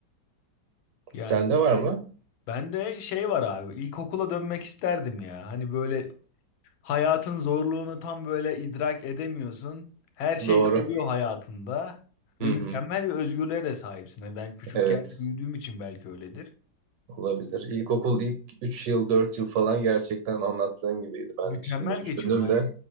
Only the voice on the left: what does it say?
Yani
ben de şey var abi ilkokula dönmek isterdim ya. Hani böyle hayatın zorluğunu tam böyle idrak edemiyorsun. Her şey
de oluyor hayatında ve
mükemmel
bir özgürlüğe de sahipsin. Hani Ben küçük
yerde büyüdüğüm için belki öyledir.
Mükemmel
geçiyordu.